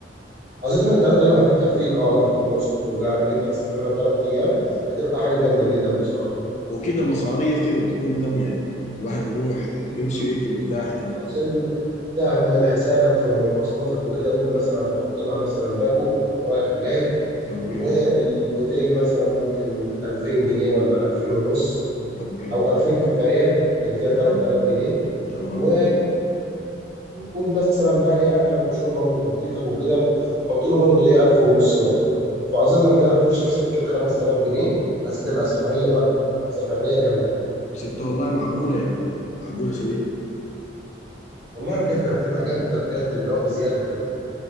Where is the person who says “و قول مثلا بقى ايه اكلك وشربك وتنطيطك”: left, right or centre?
Right